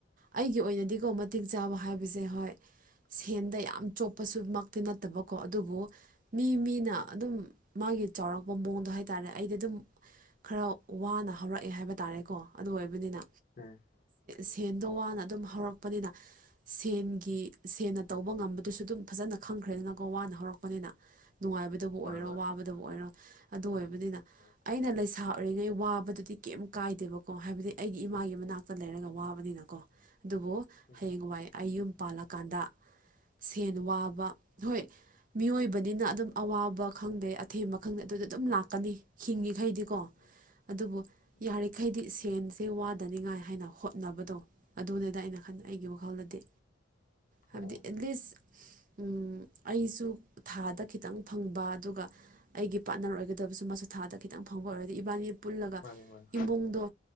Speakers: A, on the right; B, on the left.
A: ꯑꯩꯒꯤ ꯑꯣꯏꯅꯗꯤꯀꯣ ꯃꯇꯤꯛ ꯆꯥꯕ ꯍꯥꯏꯕꯁꯦ ꯍꯣꯏ ꯁꯦꯟꯗ ꯌꯥꯝ ꯆꯣꯞꯄꯁꯨꯃꯛꯇꯤ ꯅꯠꯇꯕꯀꯣ ꯑꯗꯨꯕꯨ ꯃꯤ ꯃꯤꯅ ꯑꯗꯨꯝ ꯃꯥꯒꯤ ꯆꯥꯎꯔꯛꯄ ꯃꯑꯣꯡꯗꯣ ꯍꯥꯏꯇꯥꯔꯦ ꯑꯩꯗꯤ ꯑꯗꯨꯝ ꯈꯔ ꯋꯥꯅ ꯍꯧꯔꯛꯑꯦ ꯍꯥꯏꯕ ꯇꯥꯔꯦꯀꯣ ꯑꯗꯨ ꯑꯣꯏꯕꯅꯤꯅ
B: ꯎꯝ ꯎꯝ
A: ꯁꯦꯟ ꯑ ꯗꯣ ꯋꯥꯅ ꯑꯗꯨꯝ ꯍꯧꯔꯛꯄꯅꯤꯅ ꯁꯦꯟꯒꯤ ꯁꯦꯟꯅ ꯇꯧꯕ ꯉꯝꯕꯗꯨꯁꯨ ꯑꯗꯨꯝ ꯐꯖꯅ ꯈꯪꯈ꯭ꯔꯦꯗꯅꯀ ꯋꯥꯅ ꯍꯧꯔꯛꯄꯅꯤꯅ ꯅꯨꯡꯉꯥꯏꯕꯗꯕꯨ
B: ꯍꯣꯏ
A: ꯑꯣꯏꯔꯣ
B: ꯍꯣꯏ
A: ꯋꯥꯕꯗꯕꯨ ꯑꯣꯏꯔꯣ ꯑꯗꯨ ꯑꯣꯏꯕꯅꯤꯅ
B: ꯍꯣꯏ
A: ꯑꯩꯅ ꯂꯩꯁꯥ ꯑꯣꯏꯔꯤꯉꯩ ꯋꯥꯕꯗꯨꯗꯤ ꯀꯩꯝ ꯀꯥꯏꯗꯦꯕꯀꯣ ꯍꯥꯏꯕꯗꯤ ꯑꯩꯒꯤ ꯏꯃꯥꯒꯤ ꯃꯅꯥꯛꯇ ꯂꯩꯔꯒ ꯋꯥꯕꯅꯤꯅ ꯀꯣ ꯑꯗꯨꯕꯨ
B: ꯎꯝ
A: ꯍꯌꯦꯡꯋꯥꯏ ꯑꯩ ꯌꯨꯝ ꯄꯥꯜꯂꯀꯥꯟꯗ ꯁꯦꯟ ꯋꯥꯕ ꯍꯣꯏ ꯃꯤꯑꯣꯏꯕꯅꯤꯅ ꯑꯗꯨꯝ ꯑꯋꯥꯕ ꯈꯪꯗꯦ ꯑꯊꯦꯝꯕ ꯈꯪꯗꯦ ꯑꯗꯨꯗꯤ ꯑꯗꯨꯝ ꯂꯥꯛꯀꯅꯤ ꯍꯤꯡꯉꯤꯈꯩꯗꯤꯀꯣ
B: ꯎꯝ
A: ꯑꯗꯨꯕꯨ
B: ꯎꯝ
A: ꯌꯥꯔꯤꯈꯩꯗꯤ ꯁꯦꯟꯁꯦ ꯋꯥꯗꯅꯤꯉꯥꯏ ꯍꯥꯏꯅ ꯍꯣꯠꯅꯕꯗꯣ ꯑꯗꯨꯅꯦ ꯑꯗ ꯑꯩꯅ ꯈꯟ
B: ꯎꯝ
A: ꯑꯩꯒꯤ ꯋꯥꯈꯜꯗꯗꯤ ꯍꯥꯏꯕꯗꯤ
B: ꯑꯣ
A: ꯑꯦꯠꯂꯤꯁ ꯎꯝ ꯑꯩꯁꯨ ꯊꯥꯗ ꯈꯤꯇꯪ ꯐꯪꯕ ꯑꯗꯨꯒ ꯑꯩꯒꯤ ꯄꯥꯔꯠꯅꯔ ꯑꯣꯏꯒꯗꯕꯁꯨ ꯃꯁꯨ ꯊꯥꯗ ꯈꯤꯇꯪ ꯐꯪꯕ ꯑꯣꯏꯔꯗꯤ ꯏꯕꯥꯅꯤ ꯄꯨꯜꯂꯒ
B: ꯃꯥꯅꯤ ꯃꯥꯅꯤ
A: ꯏꯕꯨꯡꯗꯣ